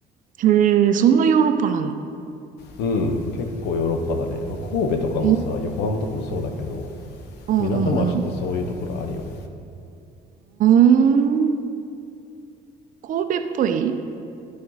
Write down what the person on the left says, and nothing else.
うん、結構ヨーロッパだね。まあ、神戸とかもさ、
横浜とかもそうだけど、
港町ってそういうところあるよね。